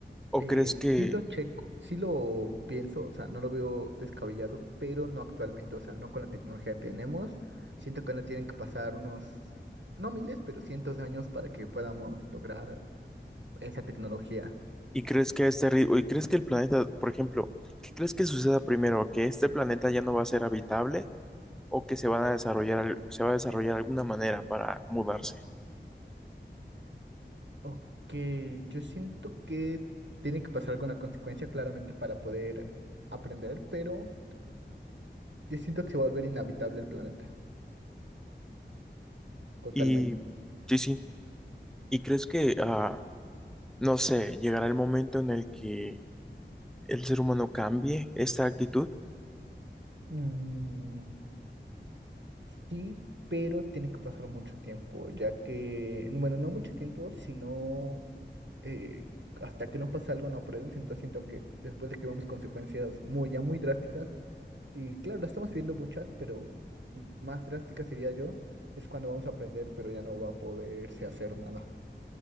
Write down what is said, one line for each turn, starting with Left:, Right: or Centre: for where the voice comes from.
Centre: ¿O
Right: Eh,
Centre: crees que,
Right: sí lo checo, sí lo pienso, o sea, no lo veo descabellado, pero no actualmente, o sea, no con la tecnología que tenemos. Siento que no tienen que pasar unos, no miles, pero cientos de años para que podamos lograr esa tecnología.
Centre: y crees que a este ritmo, y crees que el planeta, por ejemplo, ¿qué crees que suceda primero? ¿Que este planeta ya no va a ser habitable o que se van a desarrollar, al- se va a desarrollar alguna manera para mudarse?
Right: Ok, yo siento que tiene que pasar alguna consecuencia claramente para poder aprender, pero yo siento que se va a volver inhabitable el planeta, totalmente.
Centre: Y sí, sí. ¿Y crees que, ah, no sé, llegará el momento en el que el ser humano cambie esta actitud.
Right: Mm, Sí, pero tiene que pasar mucho tiempo, ya que, bueno, no mucho tiempo, sino eh, hasta que no pasa algo no aprendes, entonces siento que después de que vemos consecuencias muy, ya muy drásticas, y claro, las estamos viendo muchas, pero más drásticas sería yo, es cuando vamos a aprender, pero ya no va a poderse hacer nada.